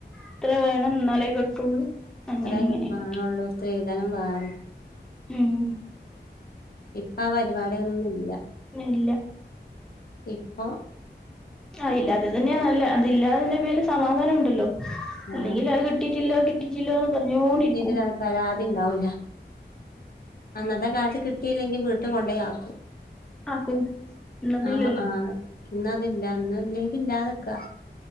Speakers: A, in the centre; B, on the left (about 55°).
A: ഇത്ര വേണം ഇന്നാലേ കെട്ടുള്ളൂ. അങ്ങനെ
B: അത്രയെക്കെ
A: ഇങ്ങനെയൊക്കെ
B: കാണുള്ളൂ സ്ത്രീധനം വേറേം
A: ഉം
B: ഇപ്പ ആഹ്‌ പരിപാടിയൊന്നുല്ല.
A: ഇല്ല
B: ഇപ്പോ
A: ആഹ് ഇല്ലാത്ത തന്നെയാ നല്ലത് അതില്ലാതതിന്റെ പേരില് സമാധാനം ഉണ്ടല്ലോ
B: ആ
A: അല്ലെങ്കിൽ അത് കി കിട്ടിട്ടില്ലോ കിട്ടിട്ടില്ലോന്ന് പറഞ്ഞോണ്ടിരിക്കും
B: അതന്നെ പരാതി ഉണ്ടാവൂല അന്നത്തെ കാലത്ത് കിട്ടിയില്ലെങ്കി വീട്ടി കൊണ്ടേയാക്കും.
A: ആക്കും എന്നതില്ലല്ലോ
B: ആഹ് ആഹ് ഇന്നതില്ല ഇന്ന് ഇല്ലെങ്കിൽ ഇല്ലാതിക്കാ